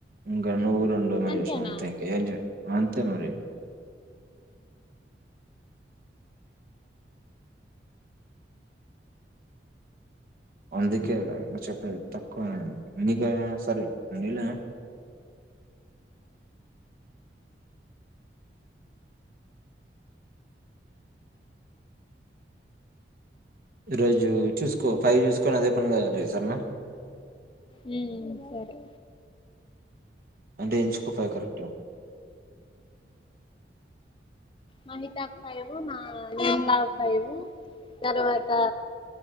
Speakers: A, on the right; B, on the left.
A: ఇంకా నువ్వురు రెంండడుమ
B: అంతేనా
A: చేసినావు అంతే ఇంకా ఏం అంతే మరి అందుకే చెప్ప తక్కువ మీకా సర నల రోజు చూసుకో ఫైవ్ చూసుకోొని అదే పను కా సరేనా
B: మ్మ్ సరే
A: అంటే ఎంచుకో ఫవ్ కరెక్ట్ గా
B: మహితా ఫైవ్ నా న్లా్ ఫైవ్ తరువాత